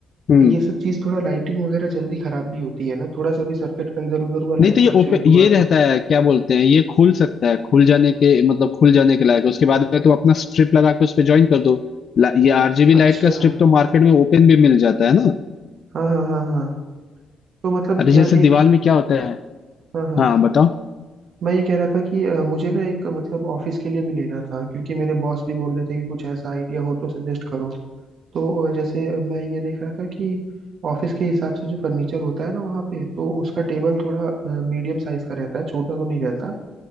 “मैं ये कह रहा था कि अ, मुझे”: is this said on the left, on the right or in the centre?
Right